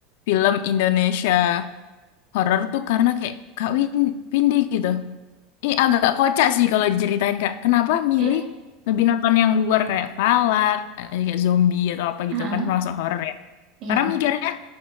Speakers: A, on the left (about 75°); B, on the right (about 50°).
A: film Indonesia horor tuh karena kayak Kak Win, Windy gitu. Ini agak kocak sih kalau diceritain Kak. Kenapa milih
B: Iya.
A: lebih nonton yang luar kayak Palak, eh, kayak zombie atau apa
B: Heeh,
A: gitu kan termasuk horor ya.
B: Iya.
A: Karena mikirnya,